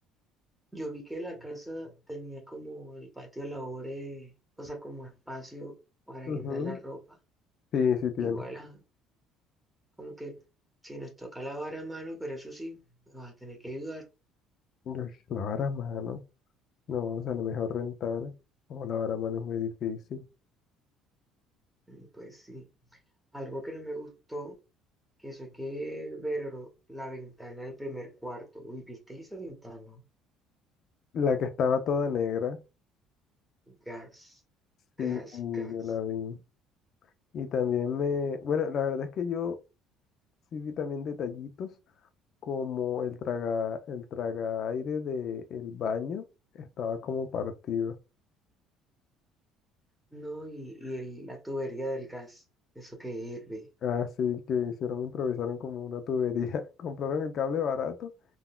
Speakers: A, in the centre; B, on the left.
A: yo vi que la casa tenía como el patio de labores, o sea, como espacio para
B: Ujú.
A: guindar la ropa.
B: Sí, sí tiene.
A: Igual, ah, como que si nos toca lavar a mano, pero eso sí, me vas a tener que ayudar.
B: Uy, lavar a mano. No, o sea, a lo mejor rentar o lavar a mano es muy difícil.
A: Mm, Pues sí. Algo que no me gustó, que eso hay que ver la ventana del primer cuarto. Uy, ¿viste esa ventana?
B: La que estaba toda negra,
A: Gas,
B: sí,
A: gas, gas.
B: yo la vi. Y también me... Bueno, la verdad es que yo sí vi también detallitos como el traga, el traga aire del baño estaba como partido.
A: No, y, y el- la tubería del gas, eso que hierve.
B: Así que hicieron, improvisaron como una tubería. <laughs> Compraron el cable barato